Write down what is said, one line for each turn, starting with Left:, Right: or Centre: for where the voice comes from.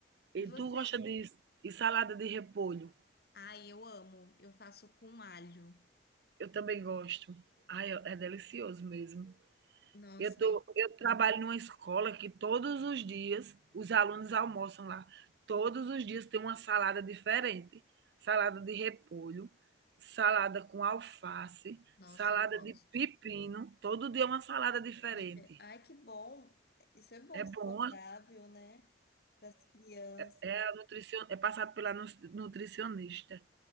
Right: E
Left: E vocês
Right: tu gosta de e salada de repolho?
Left: Ai, eu amo. Eu faço com alho.
Right: Eu também gosto. Ai, é delicioso mesmo.
Left: Nossa,
Right: Eu tô,
Left: ai-
Right: eu trabalho numa escola que todos os dias os alunos almoçam lá. Todos os dias tem uma salada diferente, salada de repolho, salada com alface,
Left: nossa,
Right: salada
Left: eu gosto.
Right: de pepino, todo dia é uma salada diferente.
Left: Dife- Ai, que bom. Isso é bom,
Right: É
Left: saudável,
Right: boa,
Left: né? Para as crianças.
Right: é a nutricion... é passado pela nu- nutricionista.